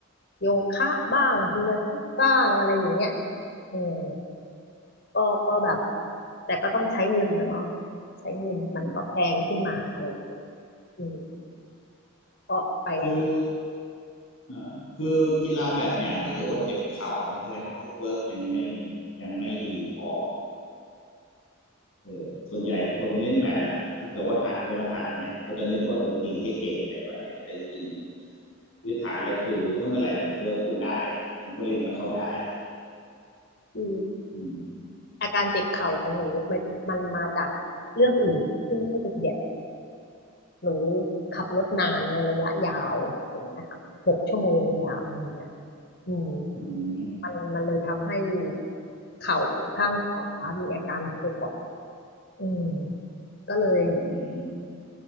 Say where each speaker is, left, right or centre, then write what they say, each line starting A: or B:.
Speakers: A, on the left (about 55°); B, on the left (about 75°).
A: โยคะบ้างพิลาทิสบ้างอะไรอย่างเงี้ยอืม ก็ก็แบบแต่ก็ต้องใช้เงินนะเนาะใช้เงินมันก็แพงขึ้นมาอะไรอย่างเงี้ย
B: อืม
A: อืมก็ไปในทิศ
B: คือ อ่าคือกีฬาแบดเนี่ยถ้าเกิดว่าเจ็บเข่าเนี่ยแสดงว่าฟุตเวิร์กยังไม่ยังไม่ดีพอเออส่วนใหญ่คนเล่นแบดอะถ้าเกิดว่าหัดเวลาหัดเนี่ยเขาจะนึกว่าเออตีให้เก่งอะไรแบบเนี้ยแต่จริงๆพื้นฐานอะไรคือถ้าเมื่อไหร่ฟุตเวิร์กคุณได้อะคุณก็เล่นกับเขาได้
A: ที่
B: อืม
A: อาการเจ็บเข่าของหนูมันมันมาจากเรื่องอื่นที่ไม่ใช่เจ็บติเด็ดหนูขับรถนานในระยะยาวอย่างเงี้ยค่ะหกชั่วโมงยาวอย่างเงี้ยอืม
B: อืม
A: มันมันเลยทำให้เข่าข้างขวามีอาการปวดอืมก็เลย
B: อืม